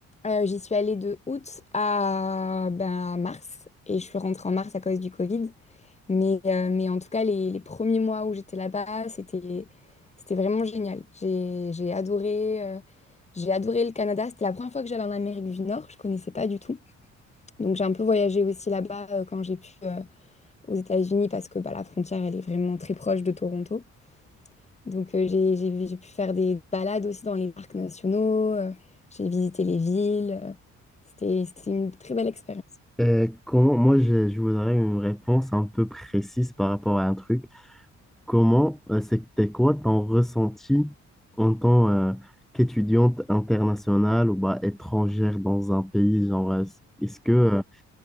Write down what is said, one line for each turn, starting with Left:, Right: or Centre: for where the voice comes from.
Left: Euh, j'y suis allée de août à ben, mars, et je suis rentrée en mars à cause du Covid. Mais, euh, mais en tout cas, les, les premiers mois où j'étais là-bas, c'était, c'était vraiment génial. J'ai, j'ai adoré, euh, j'ai adoré le Canada. C'était la première fois que j'allais en Amérique du Nord. Je connaissais pas du tout. Donc j'ai un peu voyagé aussi là-bas euh, quand j'ai pu euh, aux États-Unis parce que bah, la frontière, elle est vraiment très proche de Toronto. Donc euh, j'ai, j'ai, j'ai pu faire des balades aussi dans les parcs nationaux. euh, j'ai visité les villes. euh, c'était, c'était une très belle expérience.
Centre: Et comment, moi, je, je voudrais une réponse un peu précise par rapport à un truc. Comment, euh, c'était quoi ton ressenti en tant euh, qu'étudiante internationale ou bah, étrangère dans un pays? Genre, euh, est-ce que euh,